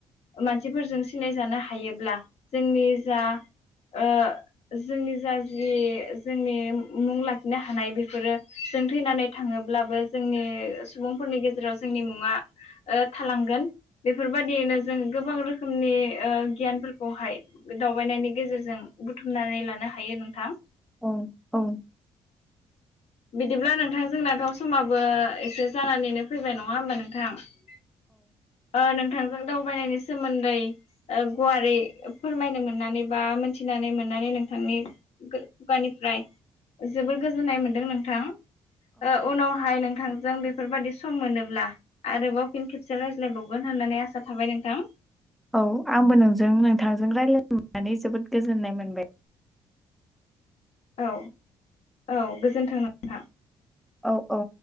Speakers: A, on the left; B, in the centre.
A: मान सिफोरजों सिनायजानो हायोब्ला जोंनि जा ओ जोंनि जा जि जोंनि मुं लाखिनो हानाय बेफोरो जों थैनानै थाङो ब्लाबो जोंनि सुबुंफोरनि गेजेराव जोंनि मुङा ओ थालांगोन बेफोरबायदियैनो जोङो गोबां रोखो खोमनि ओ गियानफोरखौहाय दावबायनायनि गेजेरजों बुथुमनानै लानो हायो नोंथां।
B: औ औ
A: बिदिब्ला नोंथां जोंनाथ' समाबो एसे जानानैनो फैबाय नङा होमबा नोंथां नोंथांजों दावबायनायनि सोमोन्दै ओ गुवारै फोरमायनो मोननानै बा मिथिनानै मोननानै नोंथांनि खुगानिफ्राय जोबोर गोजोननाय मोनदों नों थां ओ उनावहाय नोंथांजों बेफोरबायदि सम मोनोब्ला आरोबाव फिन खेबसे रायज्लायबावगोन होननानै आसा थाबाय नोंथां
B: औ आंबो नोंजों नोंथांजों रायलायनो मोन्नानै जोबोद गोजोननाय मोनबाय
A: औ औ गोजोनथों नोंथां
B: औ औ